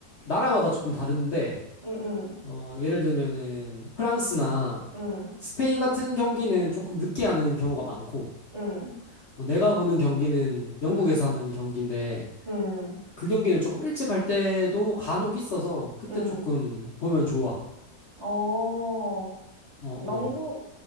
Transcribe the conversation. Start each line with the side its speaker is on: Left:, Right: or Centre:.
Left: 나라마다 조금 다른데,
Right: 응, 응,
Left: 어, 예를 들면은 프랑스나
Right: 응,
Left: 스페인 같은 경기는 조금 늦게 하는 경우가 많고,
Right: 응,
Left: 어, 내가 보는 경기는 영국에서
Right: 응,
Left: 하는 경기인데,
Right: 응,
Left: 그 경기는 조금 일찍 할 때도 간혹 있어서 그때
Right: 응.
Left: 조금 보면 좋아.
Right: 어.
Left: 어,
Right: 영국,
Left: 어.